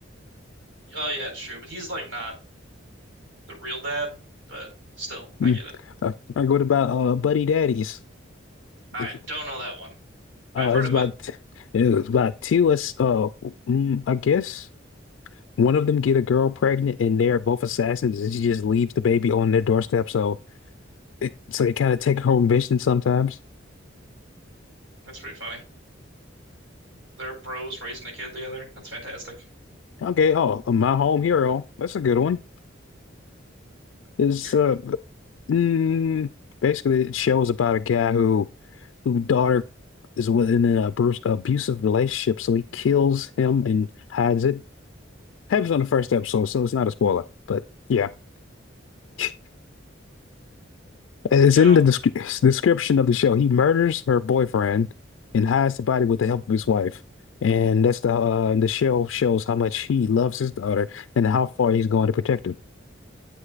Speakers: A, on the right; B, on the left.
A: Oh yeah, it's true. But he's like not the real dad. But still,
B: Mm.
A: I get it.
B: Uh, uh, what about uh Buddy Daddies?
A: I
B: Uh,
A: don't know that one.
B: it's
A: I've heard of
B: about
A: it.
B: it's about two us uh mm, I guess one of them get a girl pregnant and they're both assassins and she just leaves the baby on their doorstep so it so they kind of take home mission sometimes.
A: That's pretty funny. They're bros raising a kid together. That's fantastic.
B: Okay, oh uh, My Home Hero. That's a good one. It's
A: Here,
B: uh mm, basically it shows about a guy who who daughter is within an abus abusive relationship so he kills him and hides it. Happens on the first episode so it's not a spoiler, but yeah. <laughs> It's
A: you
B: in
A: know,
B: the descri description of the show. He murders her boyfriend and hides the body with the help of his wife. And that's the uh, the show shows how much he loves his daughter and how far he's going to protect her.